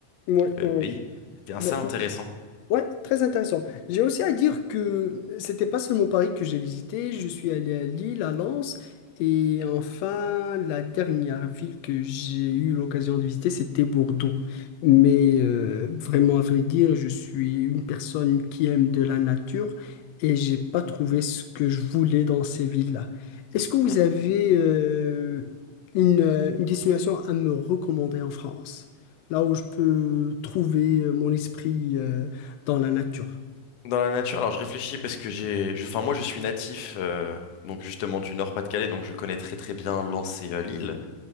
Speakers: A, on the left; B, on the left.
A: ouais,
B: le
A: ouais,
B: même pays,
A: ouais.
B: c'était assez
A: Mais,
B: intéressant.
A: Ouais, très intéressant. J'ai aussi à dire que c'était pas seulement Paris que j'ai visité, je suis allé à Lille, à Lens, et enfin la dernière ville que j'ai eu l'occasion de visiter, c'était Bordeaux. Mais euh, vraiment à vrai dire, je suis une personne qui aime de la nature et j'ai pas trouvé ce que je voulais dans ces villes-là. Est-ce que vous
B: Mm.
A: avez euh, une, euh, une destination à me recommander en France? Là où je peux trouver euh, mon esprit. euh, dans la nature.
B: Dans la nature, alors je réfléchis parce que j'ai, je- enfin moi je suis natif euh, donc justement du Nord-Pas-de-Calais donc je connais très très bien Lens et euh, Lille